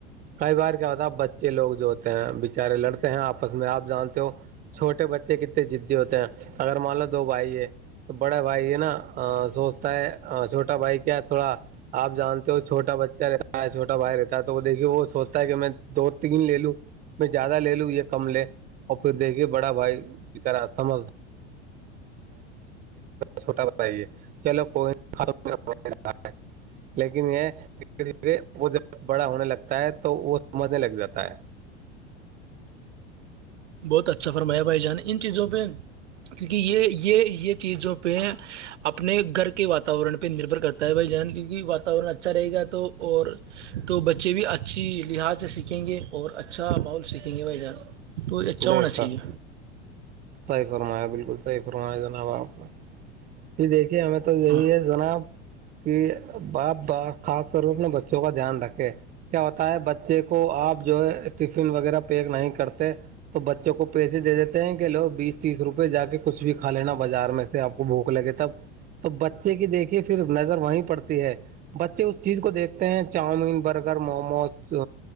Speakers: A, on the right; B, on the right.
A: کئی بار کیا ہوتا ہے بچے لوگ جو ہوتے ہیں بچارے لڑتے ہیں آپس میں آپ جانتے ہو چھوٹے بچے کتنے دی ہوتے ہیں اگر مان لو دو بھائی ہے تو بڑے بھائی ہے نا <unintelligible> سوچتا ہے چھوٹا بھائی کیا تھوڑا آپ جانتے ہو چھوٹا بچہ ا رہتا ہے چھوٹا بھائی رہتا ہے تو وہ دیکھیے وہ سوچتا ہے کہ میں دو تین لے لوں میں زیادہ لے لوں یہ کم لے اور پھر دیکھیے بڑا بھائی مجھ چھوٹا بتائیے <unintelligible> چلو کوئی نہیں لیکن یہ <unintelligible> دھیرے دھیرے وہ جب بڑا ہونے لگتا ہے تو وہ سمجھنے لگ جاتا ہے
B: بہت اچھا فرمایا بھائی جان ان چیزوں پہ کیونکہ یہ یہ یہ چیزوں پہ اپنے گھر کے واتاورن پہ نربھر کرتا طہ بھائی جان کیونکہ واتاورن اچھا رہے گا تو اور تو بچے بھی اچھی لحاظ سے سیکھیں گے اور اچھا ماحول سیکھیں گے بھائی جان تو اچھا
A: بے
B: ہونا چاہیے
A: سک صحیح فرمایا بالکل صحیح فرمایا جناب آپ نے جی دیکھیے ہمیں تو یہی
B: ہاں
A: ہے جناب کہ بپ خاص طور اپنے بچوں کا دھیان رکھے کیا ہوتا ہے بچے <unintelligible> کو آپ جو ہے ٹفن وغیرہ پیک نہیں کرتے تو بچوں کو پیسے دے دیتے ہیں کہ لو بیس تیس روپے جا کےچھ کھا لینا بازار میں سے آپ کو ب لگے تب تو بچے کی دیکھیے پھر نگر وہیں پڑتی ہے <unintelligible> بچے اس چیز کو دیکھتے ہیں چاؤمین برگر موموز